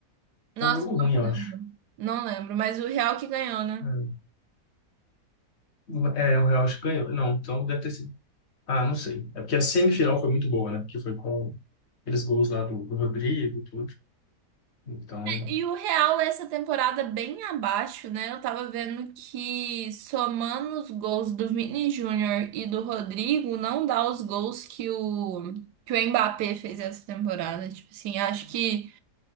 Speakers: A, on the right; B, on the left.
A: Nossa,
B: Foi um jogo
A: não
B: ruim, eu
A: lembro.
B: acho.
A: Não lembro, mas o Real que ganhou, né?
B: É, o é, o Real acho que ganhou. Não, então deve ter sido Ah, não sei. É porque a semifinal foi muito boa, né? Porque foi com aqueles gols lá do, do Rodrigo, tudo. Então,
A: E o Real, essa temporada bem abaixo, né? Eu tava vendo que somando os gols do Vini Júnior e do Rodrigo, não dá os gols que o, que o Mbappé fez essa temporada. Tipo assim, acho que